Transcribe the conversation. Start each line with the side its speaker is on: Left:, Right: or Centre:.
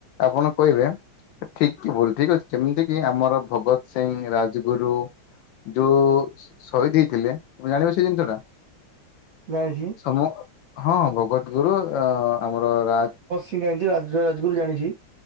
Left: ଆପଣ କହିବେ। ଠିକ୍ କି ଭୁଲ ଠିକ୍ ଅଛି କେମିତି କି ଆମର ଭଗତ ସିଂ ରାଜଗୁରୁ ଯୋଉ ସହିଦ୍ ହେଇଥିଲେ ତମେ ଜାଣିବ ସେଇ ଜିନିଷ ଟା।
Right: ଜାଣିଛି।
Left: ସମୁଁ ହଁ ଭଗତ ଗୁରୁ ଆମର ରାଜ
Right: ଟିକ ଜାଣିଚି ରାଜ ରାଜଗୁରୁ ଜାଣିଚି।